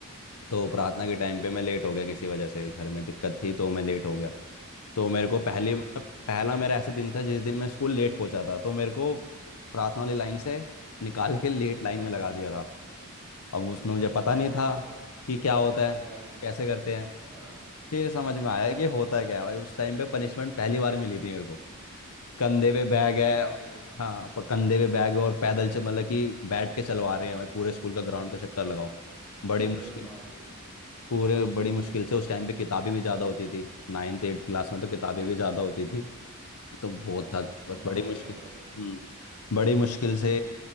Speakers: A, on the left; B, in the centre.
A: तो
B: हम्म
A: प्रार्थना के टाइम पे मैं लेट हो गया किसी वजह से घर में दिक्कत थी तो मैं लेट हो गया तो मेरे को पहली
B: हम्म
A: पहला मेरा ऐसा दिन था जिस दिन मैं स्कूल लेट पहुंचा था तो मेरे को प्रार्थना वाली लाइन से निकाल के लेट लाइन
B: हम्म।
A: में लगा दिया था अब उसमें
B: <laughs>
A: मुझे पता नहीं था कि क्या होता है
B: हाँ,
A: कैसे करते हैं
B: हाँ,
A: फिर समझ में
B: हम्म।
A: आया कि होता क्या है भाई उस टाइम पे पनिशमेंट पहली बार मिली थी मेरे को कंधे पे
B: अच्छा
A: बैग
B: लेट
A: है
B: आने पे
A: हाँ प- कंधे पे बैग और पैदल से मतलब कि बैठ के चलवा रहे हैं भाई पूरे स्कूल का ग्राउंड का चक्कर लगाओ बड़ी
B: अरे
A: मुश्किल
B: भाई
A: पूरे बड़ी मुश्किल से उस टाइम पे किताबें भी ज़्यादा होती थी नाइन्थ एट्थ क्लास में तो किताबें
B: हम्म हम्म
A: भी ज़्यादा होती थी तो बहुत
B: हाँ
A: था बस
B: तो भारी
A: बड़ी मुश्किल
B: हो जाता है
A: हम्म बड़ी मुश्किल से